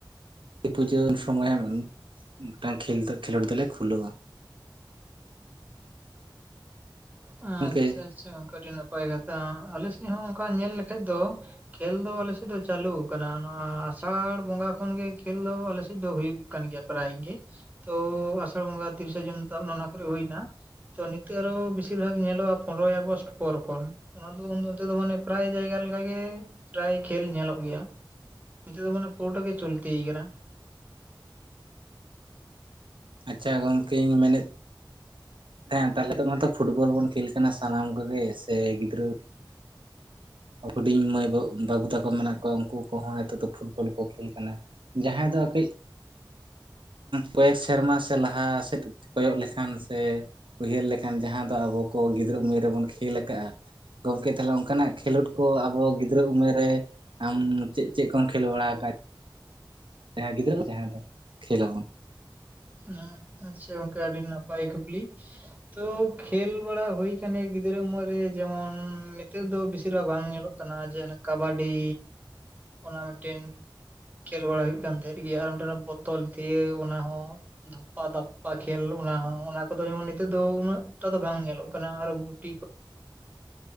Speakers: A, on the right; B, on the right.
A: ᱯᱩᱡᱟᱹᱨ ᱥᱚᱢᱚᱭ ᱢᱤᱫᱴᱟᱝ ᱠᱷᱮᱞ ᱛᱮ ᱠᱷᱮᱞᱳᱰ ᱫᱚᱞᱮ ᱠᱷᱩᱞᱟᱹᱣᱼᱟ᱾
B: ᱩᱢ
A: ᱜᱚᱢᱠᱮ
B: ᱟᱪᱪᱷᱟ ᱟᱪᱪᱷᱟ ᱜᱚᱝᱠᱮ ᱟᱹᱰᱤ ᱱᱟᱯᱟᱭ ᱠᱟᱛᱷᱟ, ᱟᱞᱮ ᱥᱮᱫ ᱦᱚᱸ ᱚᱱᱠᱟ ᱧᱮᱞ ᱞᱮᱠᱷᱟᱡ ᱫᱚ ᱠᱷᱮᱞᱞ ᱫᱚ ᱟᱞᱮ ᱥᱮᱫ ᱫᱚ ᱪᱟᱹᱞᱩ ᱟᱠᱟᱱᱟ ᱱᱚᱣᱟ ᱟᱥᱟᱲ ᱵᱚᱸᱜᱟ ᱠᱷᱚᱱᱜᱮ ᱠᱷᱮᱞ ᱫᱚ ᱟᱞᱮ ᱥᱮᱫ ᱫᱚ ᱦᱩᱭᱩᱜ ᱠᱟᱱ ᱜᱮᱭᱟ᱾ ᱯᱨᱟᱭ ᱜᱤ ᱛᱚ ᱟᱥᱟᱲ ᱵᱚᱸᱜᱟ ᱛᱤᱨᱤᱥᱟ ᱡᱩᱱ ᱛᱟᱵᱱᱟ ᱚᱱᱟ ᱠᱚᱨᱮ ᱦᱩᱭᱱᱟ᱾ ᱛᱚ ᱱᱤᱛᱚᱜ ᱟᱨᱚ ᱵᱮᱥᱤᱨ ᱵᱷᱟᱜ ᱧᱮᱞᱚᱜᱼᱟ ᱯᱚᱱᱨᱚᱭ ᱟᱜᱚᱥᱴ ᱯᱚᱨ ᱠᱷᱚᱱ᱾ ᱚᱱᱟ ᱫᱚ ᱩᱱᱫᱚ ᱚᱱᱛᱮ ᱫᱚ ᱢᱟᱱᱮ ᱯᱨᱟᱭ ᱡᱟᱭᱜᱟ ᱞᱮᱠᱟᱜ ᱜᱮ ᱯᱨᱟᱭ ᱠᱷᱮᱞ ᱧᱮᱞᱚᱜ ᱜᱮᱭᱟ᱾ ᱱᱤᱛᱚ ᱫᱚ ᱢᱟᱱᱮ ᱯᱩᱨᱳᱴᱟ ᱜᱮ ᱪᱚᱞᱛᱤᱭ ᱠᱟᱱᱟ᱾
A: ᱟᱪᱪᱷᱟ ᱜᱚᱢᱠᱮ ᱤᱧ ᱢᱮᱱᱮᱫ ᱦᱮᱸ ᱛᱟᱦᱚᱞᱮ ᱫᱚ ᱢᱟᱛᱚ ᱯᱷᱩᱴᱵᱚᱞ ᱵᱚᱱ ᱠᱷᱮᱞ ᱠᱟᱱᱟ ᱥᱟᱱᱟᱢ ᱠᱚᱜᱮ ᱥᱮ ᱜᱤᱫᱽᱨᱟᱹ ᱦᱩᱰᱤᱧ ᱢᱟᱹᱭ ᱵᱟᱹ ᱵᱟᱹᱵᱩ ᱛᱟᱠᱚ ᱢᱮᱱᱟᱜ ᱠᱚᱣᱟ ᱩᱱᱠᱩ ᱠᱚᱦᱚᱸ ᱱᱤᱛᱚᱜ ᱫᱚ ᱯᱷᱩᱴᱵᱚᱞ ᱠᱚ ᱠᱷᱮᱞ ᱠᱟᱱᱟ᱾ ᱡᱟᱦᱟᱸᱭ ᱫᱚ ᱠᱟᱹᱡ ᱯᱮ ᱥᱮᱨᱢᱟ ᱥᱮ ᱞᱟᱦᱟ ᱥᱮᱫ ᱠᱚᱭᱚᱜ ᱞᱮᱠᱷᱟᱱ ᱥᱮ ᱩᱭᱦᱟᱹᱨ ᱞᱮᱠᱷᱟᱱ ᱡᱟᱦᱟᱸ ᱫᱚ ᱟᱵᱚ ᱠᱚ ᱜᱤᱫᱽᱨᱟᱹ ᱩᱢᱮᱨ ᱨᱮᱵᱚᱱ ᱠᱷᱮᱞ ᱟᱠᱟᱜᱼᱟ᱾ ᱜᱚᱢᱠᱮ ᱛᱟᱦᱚᱞᱮ ᱚᱱᱠᱟᱱᱟᱜ ᱠᱷᱮᱞᱳᱰ ᱠᱚ ᱟᱵᱚ ᱜᱤᱫᱽᱨᱟᱹ ᱩᱢᱮᱨ ᱨᱮ ᱟᱢ ᱪᱮᱫ ᱪᱮᱫ ᱠᱚᱢ ᱠᱷᱮᱞ ᱵᱟᱲᱟ ᱠᱟᱫ ᱡᱟᱦᱟᱸᱭ ᱜᱤᱫᱽᱨᱟᱹ ᱡᱟᱦᱟᱸ ᱫᱚ ᱠᱷᱮᱞ ᱟᱵᱚᱱ᱾
B: ᱦᱮᱸ ᱟᱪᱪᱷᱟ ᱚᱝᱠᱮ ᱟᱹᱰᱤ ᱱᱟᱯᱟᱭ ᱠᱩᱠᱞᱤ᱾ ᱛᱳ ᱠᱷᱮᱞ ᱵᱟᱲᱟ ᱦᱩᱭ ᱠᱟᱱᱟ ᱜᱤᱫᱽᱨᱟᱹ ᱩᱢᱮᱨ ᱨᱮ ᱡᱮᱢᱚᱱ ᱱᱮᱛᱚᱜ ᱫᱚ ᱵᱮᱥᱤᱨ ᱵᱷᱟᱜᱽ ᱵᱟᱝ ᱧᱮᱞᱚᱜ ᱠᱟᱱᱟ ᱡᱮ ᱚᱱᱮ ᱠᱟᱵᱟᱰᱤ ᱚᱱᱟ ᱢᱤᱫᱴᱮᱱ ᱠᱷᱮᱞ ᱵᱟᱲᱟ ᱦᱩᱭᱩᱜ ᱠᱟᱱ ᱛᱮᱦᱮᱸᱫ ᱜᱮᱭᱟ ᱟᱨ ᱢᱤᱫ ᱚᱱᱟ ᱵᱳᱛᱚᱞ ᱫᱤᱭᱟᱹ ᱚᱱᱟᱦᱚᱸ ᱫᱷᱟᱯᱟᱼᱫᱟᱯᱯᱟ ᱠᱷᱮᱞ ᱚᱱᱟ ᱦᱚᱸ ᱚᱱᱟ ᱠᱚᱫᱚ ᱮᱢᱚᱱ ᱱᱤᱛᱚᱜ ᱫᱚ ᱩᱱᱟᱹᱜᱴᱟ ᱫᱚ ᱵᱟᱝ ᱧᱮᱞᱚᱜ ᱠᱟᱱᱟ ᱟᱨᱚ ᱜᱩᱴᱤ ᱠᱚ